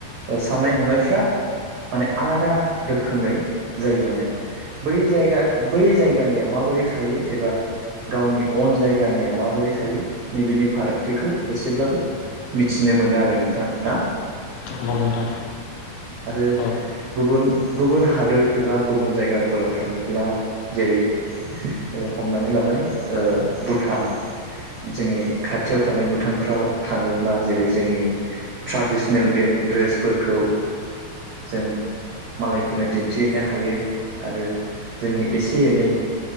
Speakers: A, on the right (about 60°); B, on the left (about 80°).
A: ओ साननाय हनायफ्रा माने आलादा रोखोमै जायो माने बै जायगा बै जायगानिया माबोरै थायो एबा गावनि अन जायगानिया माबोरै थायो नैबेनि फारागथिखौ एसेब्लाबो मिथिनो मोनो आरो नोंथां ना?
B: औ नोंथां
A: आरो
B: औ
A: गुबुन गुबुन हादोर एबा गुबुन जायगाफोराव थाङोब्ला जेरै ओ हमनानै लाबाय ओ भुटान जोंनि खाथियाव थानाय भु भुटानफ्राव थाङोब्ला जेरै जोंनि ट्राडिसनेल ड्रे-ड्रसफोरखौ जों मालायफोरनो दिन्थिहोयनो हायो आरो जोंनि एसे एनै